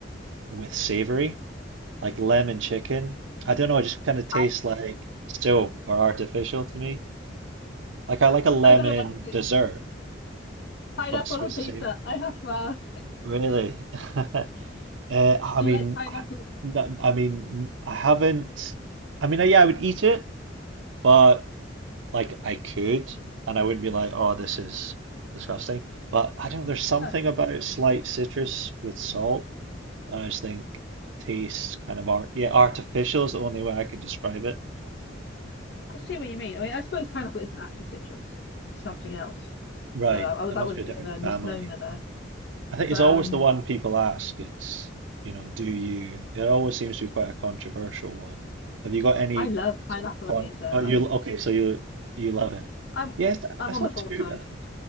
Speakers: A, on the right (about 80°); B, on the left (about 65°).
A: with savory, like lemon chicken. I don't know, it just kind of tastes
B: I
A: like soap or artificial to me. Like I like a lemon
B: I gotta ask it.
A: dessert,
B: Pineapple
A: but with
B: on pizza.
A: savour.
B: I have to ask.
A: Really? <laughs> Uh, I
B: Do
A: mean,
B: you like pineapple?
A: no, I mean, I haven't. I mean, yeah, I would eat it, but. like I could, and I wouldn't be like, oh, this is disgusting. But I don't know, there's something
B: Oh,
A: about slight citrus with salt that I just think tastes kind of art. Yeah, artificial is the only way I could describe it.
B: I see what you mean. I mean, I suppose pineapple isn't actually citrus. It's something else.
A: Right,
B: So that, oh,
A: it
B: that
A: must
B: was
A: be
B: a
A: a
B: bit
A: different
B: of a
A: family.
B: misnomer there.
A: I think
B: But
A: it's always
B: um,
A: the one people ask. It's, you know, do you? It always seems to be quite a controversial one. Have you got any
B: I love pineapple
A: sort of
B: on
A: con?
B: pizza.
A: Oh, you
B: I
A: okay? So you you love it?
B: I'm
A: Yes,
B: I'm
A: that's
B: on
A: not
B: the four
A: too
B: side,
A: bad.